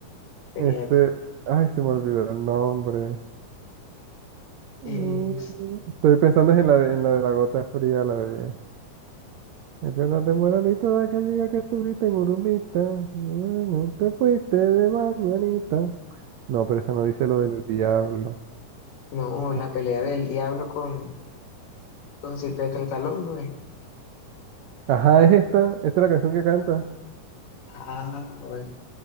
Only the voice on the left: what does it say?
sería
épico.
Es-
No,
la pelea
del
diablo con, con Silvestre Stallone, ¿no es?
Ah, bueno,